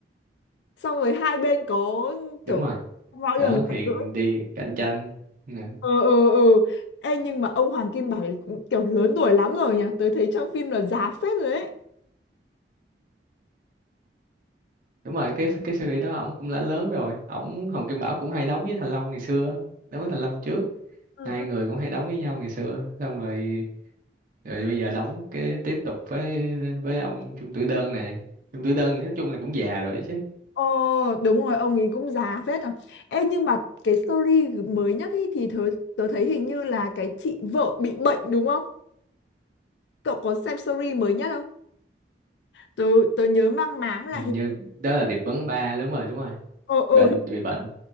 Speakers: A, on the left (about 70°); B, on the right (about 50°).
A: xong rồi hai bên có
B: <laughs> đúng
A: kiểu
B: rồi
A: võ
B: đó
A: đường
B: thì
A: gặp gỡ
B: đi cạnh tranh Nè.
A: ừ ừ ừ Ê, nhưng mà ông Hoàng Kim Bảo ấy kiểu lớn tuổi lắm rồi nhỉ tôi thấy trong phim là già phết rồi đấy
B: đúng rồi cái cái series đó ổng cũng đã lớn rồi ổng Hồng Kim Bảo cũng hay đóng với Thành Long ngày xưa á. đóng với Thành Long trước
A: Ừ,
B: hai
A: ừ.
B: người cũng hay đóng với nhau ngày xưa xong rồi rồi bây giờ đóng cái tiếp tục với với ông Chung Tử Đơn này Chung Tử Đơn nói chung là cũng già rồi chứ
A: Ồ đúng rồi ông ấy cũng già phết rồi Ê nhưng mà cái story mới nhất ý thì tớ, tớ thấy hình như là cái chị vợ bị bệnh đúng không cậu có xem story mới nhất không tớ tớ nhớ mang máng là
B: hình
A: hình
B: như đó là điệp vấn ba đúng rồi đúng rồi
A: ừ, ừ,
B: bệnh bị bệnh